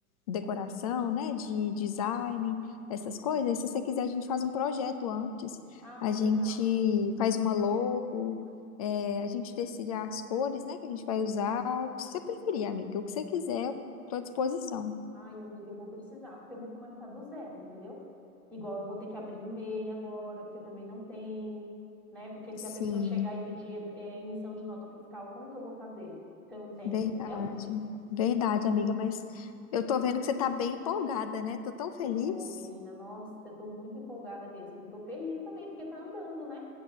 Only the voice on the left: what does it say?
decoração, né, de design, essas coisas. Se você quiser, a gente faz um projeto antes.
A gente
faz uma logo, é, a gente decide as cores, né, que a gente vai usar, o que você preferir, amiga, o que você quiser, eu tô à disposição.
Sim,
verdade.
Verdade,
amiga, mas eu tô vendo que você tá bem empolgada, né? Tô tão feliz.